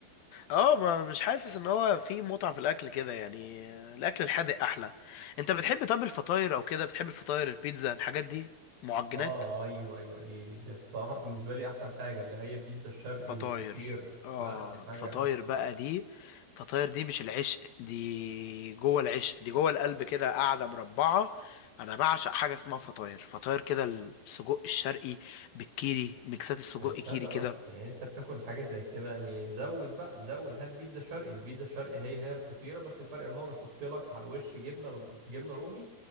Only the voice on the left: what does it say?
اه ما مش حاسس ان هو في متعه في الاكل كده يعني آه، الاكل الحادق احلى انت بتحب طب الفطاير او كده بتحب الفطاير البيتزا الحاجات دي معجنات
فطاير
اه
الفطاير
بقى دي الفطاير دي مش العشق دي جوه العشق دي جوه القلب كده قاعده مربعه انا بعشق حاجه اسمها فطاير فطاير كده السجق الشرقي بالكيري ميكسات السجق
كيري
كده